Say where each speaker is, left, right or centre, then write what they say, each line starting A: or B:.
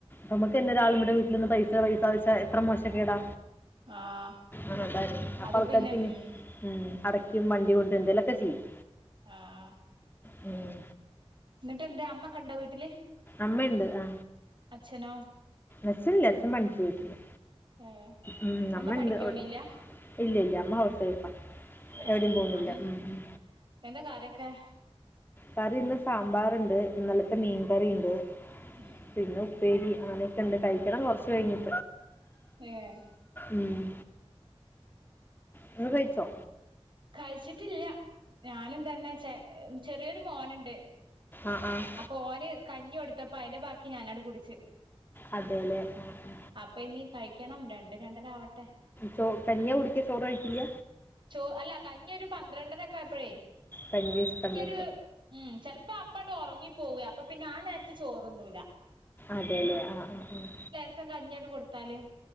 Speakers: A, on the left; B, on the right.
A: നമ്മക്ക് തന്നെ ഒരാള് ഇവടെ വീട്ടില് വന്ന് പൈസ പൈസ പൈസ എത്ര മോശ കേടാ
B: ആഹ്
A: ആണല്ലാര അപ്പൊ
B: അത്
A: ആൾക്കാർ പിന്നെ
B: ഉം
A: ഉം അടയ്ക്കും വണ്ടി കൊണ്ടും എന്തേങ്കലുമൊക്കെ ചെയ്യും
B: ആഹ്
A: ഉം
B: എന്നിട്ട് എന്ത അമ്മകുണ്ടോ വീട്ടില്
A: അമ്മണ്ട് ആ
B: അച്ഛനോ
A: അച്ചല്ല അച്ഛൻ പണിക്ക് പോയിട്ടുണ്ട്
B: ഏഹ്
A: ഉം
B: അമ്മ
A: അമ്മണ്ട്
B: പണിക്കോണില്ല
A: ഇല്ല ഇല്ല അമ്മ ഹൗസ് വൈഫാ
B: ഏഹ്
A: എവിടീം പോകുന്നില്ല
B: അം
A: ഉം ഉം
B: എന്താ കറി വെക്കാൻ
A: കറി ഇന്ന് സാമ്പാറ്ണ്ട് ഇന്നലത്തെ മീൻ കറിണ്ട്
B: ഉം
A: പിന്നെ ഉപ്പേരി അങ്ങനൊക്കെണ്ട് കഴിക്കണം കൊർച് കഴിഞ്ഞിട്ട്
B: ഏഹ്
A: ഉം ഇങ്ങള് കഴിച്ചോ
B: കഴിച്ചിട്ടില്ല ഞാനും തന്നെ ചെ ചെറിയൊരു മോനുണ്ട്
A: ആഹ് ആഹ്
B: ഓന് കഞ്ഞി കൊടുത്തപ്പോ അതിന്റെ ബാക്കി ഞാനാട് കുടിച്
A: അതെ അല്ലേ ആ, ആ.
B: അപ്പൊ ഇനി കഴിക്കണം രണ്ട് രണ്ടരാവട്ടെ
A: ചോ കഞ്ഞിയ കുടിക്ക ചോറ് കഴിക്കില്ല
B: ചോ അല്ല കഞ്ഞി ഒരു പന്ത്രണ്ടരയപ്പോഴെ
A: കഞ്ഞി <inaudible>
B: ഒര് ഉം ചെലപ്പോ അപ്പണ്ട് ഉറങ്ങി പോവും അപ്പൊ പിന്നെ ആ നേരത്ത് ചോറൊന്നുല്ല
A: അതെല്ലെ ആഹ് ആഹ് ആഹ്
B: ലേസം കഞ്ഞി അങ്ട്ട് കൊടുത്താല്